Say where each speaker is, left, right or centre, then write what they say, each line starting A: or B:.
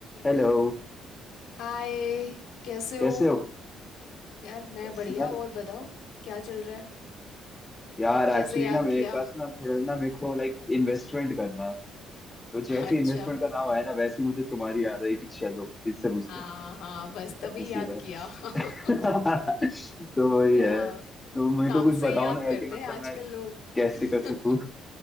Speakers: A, on the left; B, on the left.
A: Hello
B: हाय कैसे हो
A: कैसे हो
B: यार मैं
A: बस
B: बढ़िया
A: यार
B: और बताओ क्या चल रहा है
A: यार
B: कैसे
A: एक्चुअली
B: याद
A: ना मेरे
B: किया
A: पास ना थोड़ा ना मेरे को लाइक इन्वेस्टमेंट करना है तो
B: <laughs>
A: जैसे
B: अच्छा
A: इन्वेस्टमेंट का नाम आया ना वैसे ही मुझे तुम्हारी याद आई कि चलो इससे पूछते
B: हाँ
A: हैं
B: हाँ बस तभी
A: ऐसा सीधा
B: याद किया <laughs>
A: है <laughs> तो वही
B: हाँ
A: है तो मेरे
B: काम
A: को कुछ
B: से
A: बताओ
B: ही याद
A: ना यार
B: करते
A: कि मतलब
B: हैं आजकल
A: मैं
B: लोग
A: कैसे
B: <laughs>
A: कर सकूं